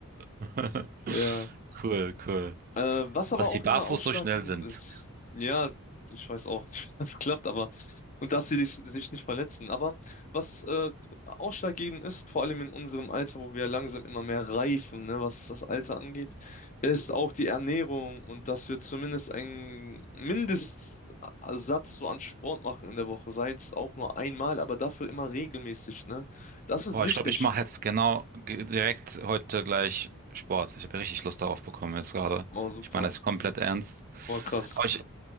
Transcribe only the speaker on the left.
Ja.
Äh, was aber
auch
immer ausschlaggebend
ist. Ja, ich weiß auch nicht, <laughs> wie das klappt, aber. Und dass sie dich, sich nicht verletzen. Aber was äh, ausschlaggebend ist, vor allem in unserem Alter, wo wir langsam immer mehr reifen, ne, was das Alter angeht, ist auch die Ernährung und dass wir zumindest einen Mindestsatz so an Sport machen in der Woche. Sei es auch nur einmal, aber dafür immer regelmäßig, ne? Das ist
wichtig.
Oh, super.
Oh, krass.